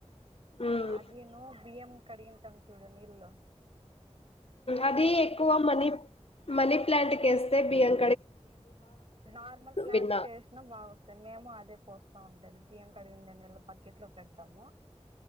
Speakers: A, on the left; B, on the right.
A: ఉమ్
B: అదేను బిఎం కడిగింటాం చూడు నీల్లు
A: అది ఎక్కువ మనీ మనీ ప్లాంట్ కేస్తే బిఎం
B: నార్మల్ ప్లాంట్స్
A: విన్నా
B: వసినా బాగా వస్తాయి మేము అదే పోస్తా ఉండేది బియ్యం కడిగిన నీళ్లలో బాక్కెట్ లో పెడతాము